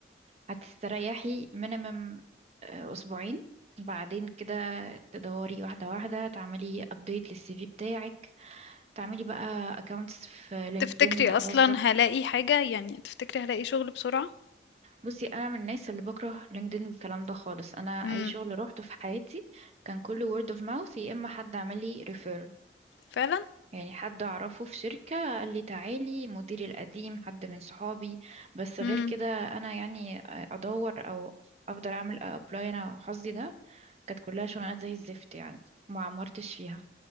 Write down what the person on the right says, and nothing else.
هتستريحي minimum آه، أسبوعين بعدين كده تدوري واحدة واحدة تعملي update للسي في بتاعك تعملي بقى اكونتس في لينكدين
اوظف
بصي انا من الناس اللي بكره لينكدين والكلام ده خالص انا
اي شغل روحته في حياتي كان كله word of mouth يا اما حد عمل لي referral
يعني حد اعرفه في شركة قال لي تعالي مديري القديم حد من صحابي بس غير
كده انا يعني ادور او افضل اعمل ابلاي انا حظي ده كانت كلها شغلانات زي الزفت يعني ما عمرتش فيها